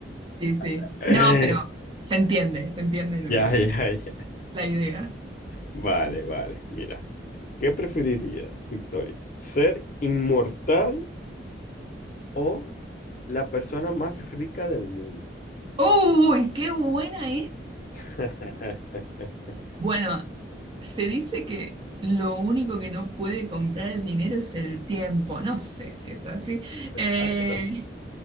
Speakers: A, on the right; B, on the left.
A: Sí, sí.
B: <laughs>
A: No, pero se entiende, se entiende lo
B: Ya,
A: que,
B: ya, ya.
A: la idea.
B: Vale, vale. Mira, ¿qué preferirías, Victoria? ¿Ser inmortal o la persona más rica del mundo?
A: ¡Uy, qué buena
B: <laughs>
A: Bueno, se dice que lo único que no puede comprar el dinero es el tiempo. No sé si es así.
B: Exacto,
A: Eh,